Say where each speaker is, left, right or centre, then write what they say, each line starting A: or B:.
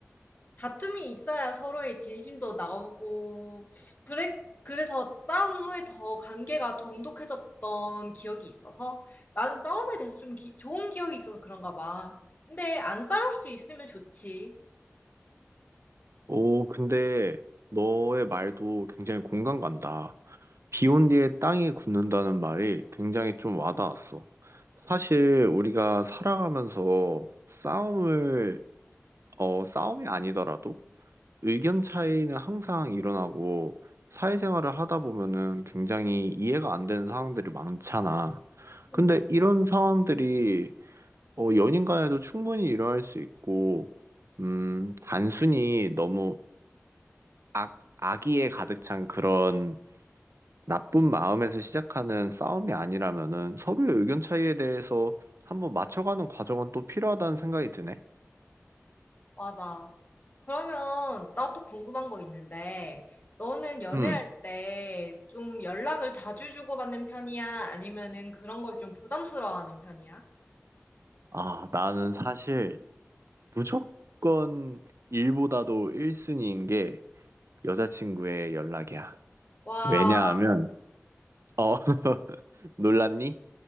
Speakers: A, on the left (about 35°); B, on the right (about 65°).
A: 다툼이 있어야 서로의 진심도 나오고 그래 그래서 싸운 후에 더 관계가 돈독해졌던 기억이 있어서 나는 싸움에 대해서 좀 기- 좋은 기억이 있어서 그런가 봐. 근데 안 싸울 수 있으면 좋지.
B: 오, 근데 너의 말도 굉장히 공감 간다. 비 온 뒤에 땅이 굳는다는 말이 굉장히 좀 와닿았어. 사실 우리가 살아가면서 싸움을 어, 싸움이 아니더라도 의견 차이는 항상 일어나고 사회생활을 하다 보면은 굉장히 이해가 안 되는 상황들이 많잖아. 근데
A: 응.
B: 이런 상황들이 어, 연인 간에도 충분히 일어날 수 있고, 음, 단순히 너무 악, 악의에 가득 찬 그런 나쁜 마음에서 시작하는 싸움이 아니라면은 서로의 의견 차이에 대해서 한번 맞춰가는 과정은 또 필요하다는 생각이 드네.
A: 맞아. 그러면 나 또 궁금한 거 있는데 너는 연애할
B: 음,
A: 때 좀 연락을 자주 주고받는 편이야? 아니면은 그런 걸 좀 부담스러워하는 편이야?
B: 아, 나는 사실 무조건 일보다도 1순위인 게 여자친구의 연락이야.
A: 와,
B: 왜냐하면, 어, <laughs> 놀랐니?